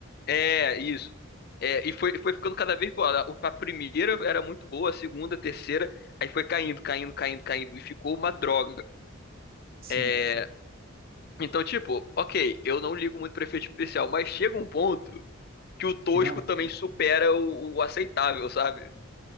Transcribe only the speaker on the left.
É, isso. É, e foi, foi ficando cada vez pior. A a primeira era muito boa, a segunda, a terceira, aí foi caindo, caindo, caindo, caindo, e ficou uma droga.
É,
então, tipo, ok, eu não ligo muito pra efeito especial, mas chega um ponto que o tosco
também
supera o, o aceitável, sabe?